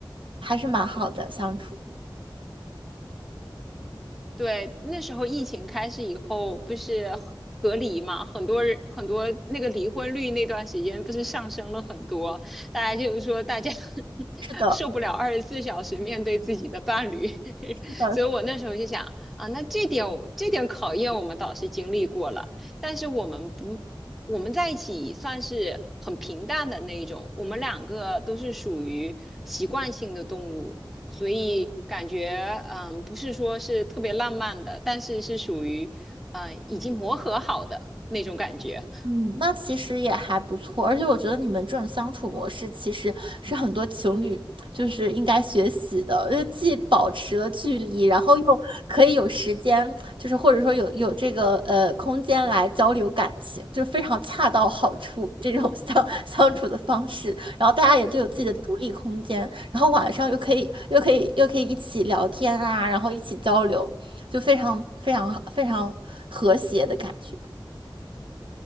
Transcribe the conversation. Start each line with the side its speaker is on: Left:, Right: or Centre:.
Right: 还是蛮好的相处。
Centre: 对，那时候疫情开始以后，不是隔隔离嘛，很多人很多那个离婚率那段时间不是上升了很多，大家就是说大家 <laughs>
Right: 是的，
Centre: 受不了二十四小时面对自己的伴侣，<laughs>
Right: 是的，
Centre: 所以我那时候就想啊，那这点我这点考验我们倒是经历过了，但是我们不我们在一起算是很平淡的那一种，我们两个都是属于习惯性的动物。所以感觉嗯，不是说是特别浪漫的，但是是属于嗯已经磨合好的那种感觉。
Right: 嗯，那其实也还不错，而且我觉得你们这种相处模式其实是很多情侣就是应该学习的，就既保持了距离，然后又可以有时间，就是或者说有有这个呃空间来交流感情，就非常恰到好处这种相 <laughs> 相处的方式。然后大家也都有自己的独立空间，
Centre: 嗯，<laughs>
Right: 然后晚上又可以又可以又可以一起聊天啊，然后一起交流，就非常非常非常和谐的感觉。